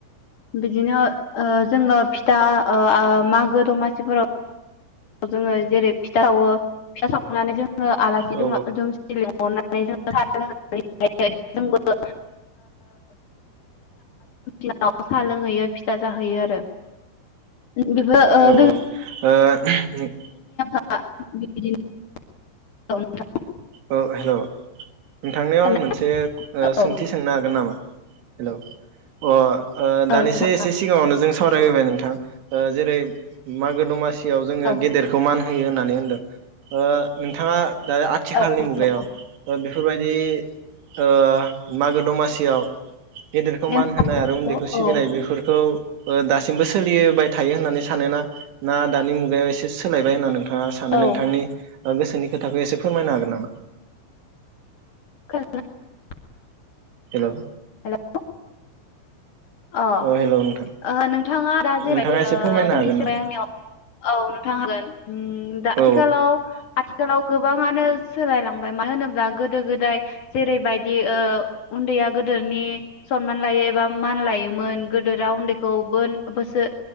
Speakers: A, on the left (about 50°); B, on the right (about 75°).
A: बिदिनो ओ जोङो फिथा ओ आ मागो दमासिफोराव जोङो जेरै फिथा सावो फिथा सावखांनानै जों आलासि
B: औ
A: दं <unintelligible> नानै जाङो जोंबो <unintelligible> साहा लोंहैयो फिथा जाहैयो आरो। बेबो ओ
B: औ
A: गो
B: ओ। <unintelligible>
A: <unintelligible> औ नोंथां। <unintelligible>
B: औ हेलो। नोंथांनियाव
A: नोंथां
B: आं मोनसे ओ
A: औ
B: सोंथि सोंनो हागोन नामा? हेलौ अ आं ओ
A: औ
B: दानिसो
A: नोंथां
B: एसे सिगाङावनो जों सावरायबोबाय नोंथां ओ जेरै मागो दमासि याव जोङो
A: औ
B: गेदेरखौ मान हो होयो होननानै होनदों। ओ नोंथाङा दा खाथिखालनि
A: औ नंगौ
B: मुगायाव ओ बे बेफोरबायदि ओ मागो दमासियाव गेदेरखौ
A: नेमखान्थिफोरखौ
B: मान होनाय आरो उन्दैखौ सिबिनाय
A: औ
B: बेफोरखौ ओ दासिमबो सोलिबाय थायो होननानै सानोना ना दानि मुगायाव एसे सोलायबाय होनना नोंथां ङा सानो
A: औ ओ
B: नोंथांनि ओ गोसोनि खोथाखो फोरमायनो हागोन नामा?
A: <unintelligible>
B: हेलौ
A: हेलौ अ'
B: हेल' नोंथां
A: ओ नोंथाङा दा जैबायदि
B: नोंथाङा एसे
A: ओ
B: फोरमायनो
A: सोंथि‌
B: हागोन
A: सोंबाय
B: नामा
A: आंनियाव औ नोंथां हागोन। उम दा आथिखालाव
B: औ
A: आथि आथिखालाव गोबाङानो सोलायलांबाय मानो होनोब्ला गोदो गोदाय जेरैबायदि ओ उन्दैया गोदोनि सनमान लायो एबा मान लायो। मोन गोदोरा उन्दैखौ बोन बोसो